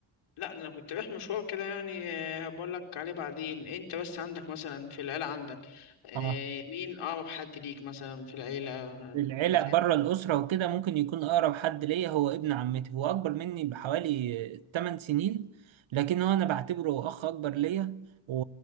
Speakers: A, on the left; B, on the right.
A: لا ده انا كنت رايح مشوار كده يعني آه، هبقول لك عليه بعدين انت بس عندك مثلا في العيله عندك آه،
B: اه
A: مين اقرب حد ليك مثلا في العيله آه،
B: العيلة
A: بتاع
B: بره الأسرة وكده ممكن يكون أقرب حد ليا هو ابن عمتي هو أكبر مني بحوالي 8 سنين لكن هو أنا بعتبره أخ أكبر ليا و...